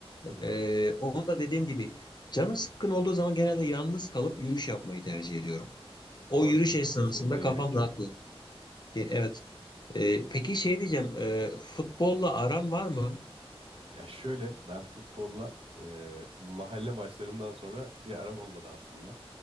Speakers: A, on the right; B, on the left.
A: Hı hı.
B: Ee, onu da dediğim gibi canım sıkkın olduğu zaman genelde yalnız kalıp yürüyüş yapmayı tercih ediyorum.
A: Bu
B: O
A: arada
B: yürüyüş esnasında
A: kesinlikle
B: kafam
A: gerekiyor.
B: rahatlıyor. Ge- Evet. Ee, peki şey diyeceğim, e, futbolla aran var mı?
A: Ya şöyle ben futbolla e, mahalle maçlarından sonra bir aram olmadı aslında.